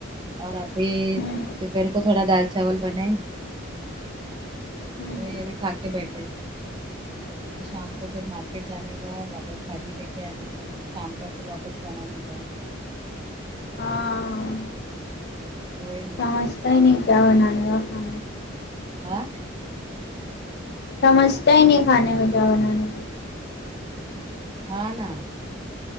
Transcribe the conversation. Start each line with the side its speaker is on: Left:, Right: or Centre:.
Right: اور ابھی
Left: ہوں
Right: دوپھر کو تھوڑا دال چاول بنائی
Left: ہوں
Right: وہ یہ ابھی کھا کے بیٹھے ابھی شام کو پھر مارکیٹ جانے کا واپس بھاجی لے کے آنے کا شام کا پھر واپس بنانے کا
Left: ہاں
Right: ہوئی نا
Left: سمجھتا ہی نہیں کیا بنانے کا تھا
Right: ہاں
Left: سمجھتا ہی نہیں کھانے میں کیا بنانا
Right: ہاں نا